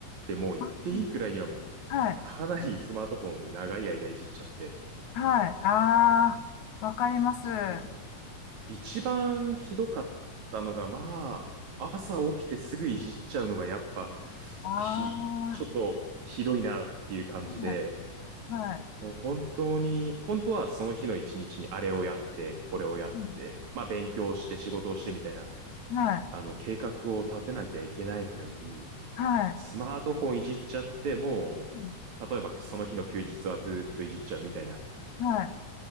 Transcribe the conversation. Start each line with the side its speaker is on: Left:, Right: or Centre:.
Right: てもう言っていいくらいにはもう
Left: あはい、
Right: かなり <laughs> スマートフォン長い間いじっちゃって、
Left: はい、あー、わかります。
Right: そう。
Left: あ
Right: 一番ひどかったのが、まあ、朝起きてすぐいじっちゃうのがやっぱ、
Left: ー、は
Right: ひ、ちょっとひどいなっていう感じで、
Left: い、はい、
Right: もう本当に、本当はその日の一日にあれをやって、これをやって、
Left: うん
Right: まあ勉強して仕事をしてみたいな、
Left: はい、
Right: あの計画を立てなきゃいけないのに、
Left: はい、
Right: スマートフォンいじっちゃっても
Left: うん
Right: う、例えばその日の休日はずーっといじっちゃうみたいな、
Left: はい、